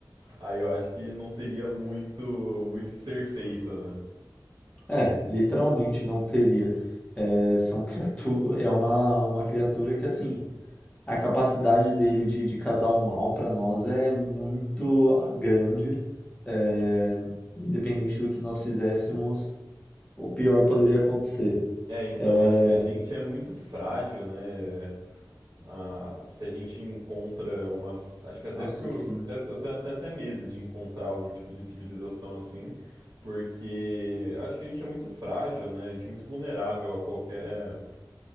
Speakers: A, on the right; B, on the left.
A: Aí eu acho que não teria muito, muito que ser feito, né?
B: é, literalmente não teria. É, são criatu é uma, uma criatura que, assim, a capacidade dele de, de causar o mal para nós é muito grande. É, independente do que nós fizéssemos, o pior poderia acontecer.
A: É, então
B: É,
A: acho que a gente é muito frágil, né? Ah, se a gente encontra umas. Acho que até
B: nossa,
A: por.
B: assim,
A: até- eu tenho até, até medo de encontrar algum tipo de civilização assim, porque acho que a gente é muito frágil, né? A gente é muito vulnerável a qualquer,